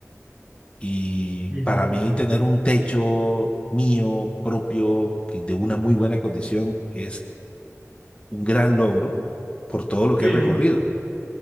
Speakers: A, on the left; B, on the right.
A: Y
B: sí,
A: para
B: Gabriel.
A: mí tener un techo mío, propio, que de una muy buena condición, es un gran logro por todo lo que
B: sí,
A: he recorrido.
B: sí, claro.